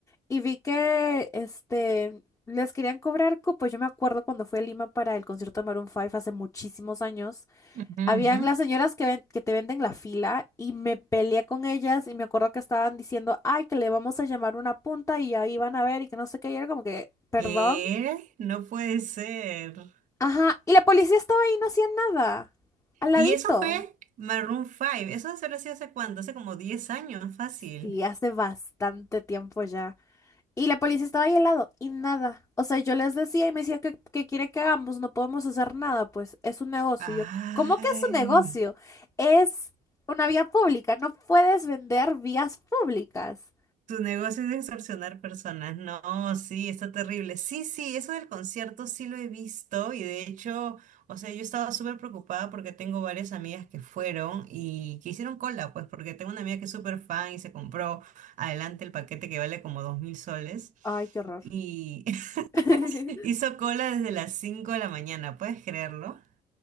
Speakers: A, on the left; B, on the right.
A: Y vi que este les querían cobrar cupos. Yo me acuerdo cuando fui a Lima para el concierto de Maroon 5 hace muchísimos años.
B: Ujú,
A: Habían
B: ujú.
A: las señoras que, ven- que te venden la fila y me peleé con ellas y me acuerdo que estaban diciendo, ay, que le vamos a llamar una punta y ahí van a ver y que no sé qué. Y era como que, perdón.
B: ¿Qué? No puede ser.
A: Ajá, y la policía estaba ahí, no hacía nada. Al ladito.
B: Y eso fue Maroon 5. Eso se lo hacía hace cuánto, hace como 10 años, fácil.
A: Sí, hace bastante tiempo ya. Y la policía estaba ahí al lado y nada. O sea, yo les decía y me decía, ¿qué, qué quiere que hagamos? No podemos hacer nada, pues es un negocio.
B: Ay,
A: Y Yo, ¿cómo que es un negocio? Es una vía pública, no puedes vender vías públicas.
B: tu negocio es de extorsionar personas. No, sí, está terrible. Sí, sí, eso del concierto sí lo he visto y de hecho, o sea, yo estaba súper preocupada porque tengo varias amigas que fueron y que hicieron cola, pues porque tengo una amiga que es súper fan y se compró adelante el paquete que vale como dos mil soles
A: Ay, qué horror.
B: y
A: <laughs>
B: <laughs> hizo cola desde las 5 de la mañana, ¿puedes creerlo?